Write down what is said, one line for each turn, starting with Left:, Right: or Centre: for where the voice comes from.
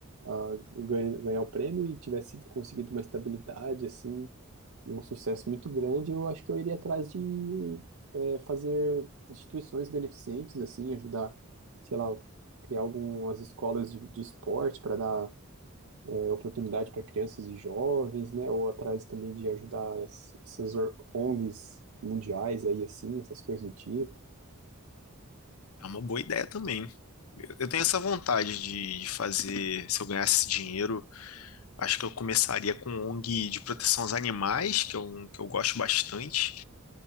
Right: a- o ganha- ganhar o prêmio e tivesse conseguido uma estabilidade, assim, e um sucesso muito grande, eu acho que eu iria atrás de é, fazer instituições beneficentes, assim, ajudar, sei lá, criar algumas escolas de, de esporte para dar é, oportunidade para crianças e jovens, né? Ou atrás também de ajudar es- essas or- ONGs mundiais aí, assim, essas coisas do tipo.
Left: É uma boa ideia também. Eu eu tenho essa vontade de de fazer, se eu ganhasse dinheiro, acho que eu começaria com ONG de proteção aos animais, que é um que eu gosto bastante,